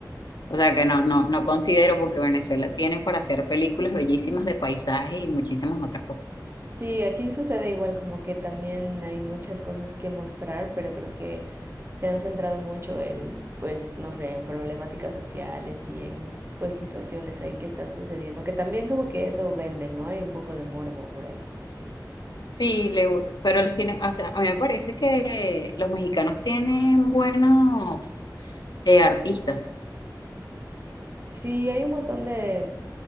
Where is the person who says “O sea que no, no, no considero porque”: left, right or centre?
Left